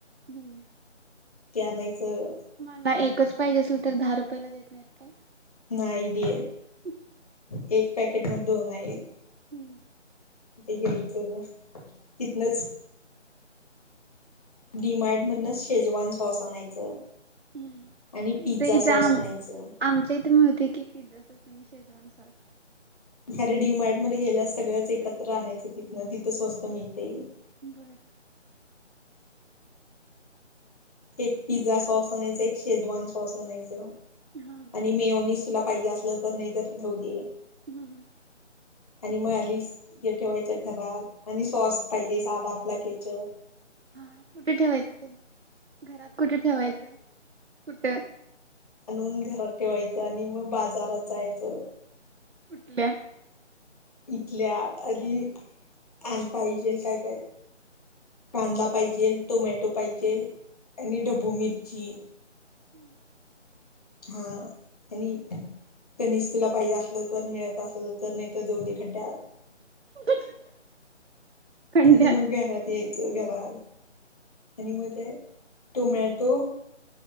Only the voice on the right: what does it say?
हम्म.
मला एकच पाहिजे असेल तर, दहा रुपयाला देत नाहीत काय.
<unintelligible>
हम्म.
हंम
इथ इथ
आम
आम इथं मिळते की, पिझ्झा सॉस आणि शेजवान सॉस.
बरं.
हा.
हा हा.
हा कुठं ठेवायचं ते, घरात कुठं ठेवायचं, कुठं
कुठल्या.
<unintelligible> खंड्यात